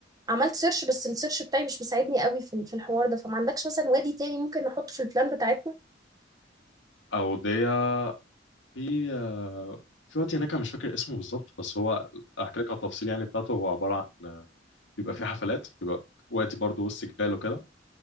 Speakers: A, on the right; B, on the left.
A: عملت سيرش بس السيرش بتاعي مش مساعدني قوي في في الحوار ده فما عندكش مثلا وادي تاني ممكن نحطه في البلان بتاعتنا
B: أودية في آه، في وادي هناك أنا مش فاكر اسمه بالظبط بس هو أحكي لك على التفصيل يعني بتاعته هو عبارة عن آه، بيبقى فيه حفلات بيبقى وادي برضه وسط جبال وكده